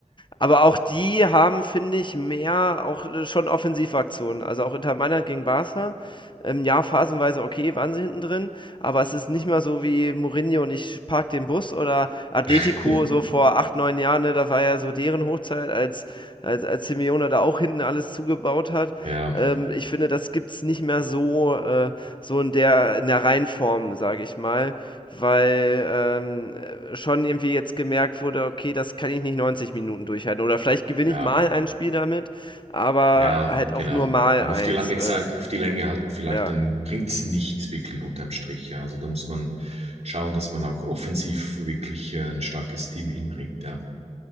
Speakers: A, on the left; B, on the right.
A: Aber auch die haben, finde ich, mehr auch äh, schon Offensivaktionen. Also auch Inter Mailand gegen Barca ähm, ja, phasenweise okay, waren sie hinten drin, aber es ist nicht mehr so wie Mourinho und ich park den Bus oder Atletico
B: <laughs>
A: so vor acht, neun Jahren, ne, da war ja so deren Hochzeit, als, als, als Simeone da auch hinten alles zugebaut hat.
B: Ja,
A: Ähm, ich finde, das gibt's nicht mehr so, äh, so in der, in der Reihenform, sage ich mal, weil ähm, schon irgendwie jetzt gemerkt wurde, okay, das kann ich nicht 90 Minuten durchhalten oder vielleicht gewinne
B: ja.
A: ich mal ein Spiel damit, aber
B: Ja,
A: halt
B: genau.
A: auch nur mal
B: Aber
A: eins,
B: auf die lange
A: äh,
B: Zeit, auf die Länge halt vielleicht,
A: ja.
B: dann bringt's nicht wirklich unterm Strich. Ja. Also da muss man schauen, dass man auch offensiv wirklich äh, ein starkes Team hinbringt. Ja,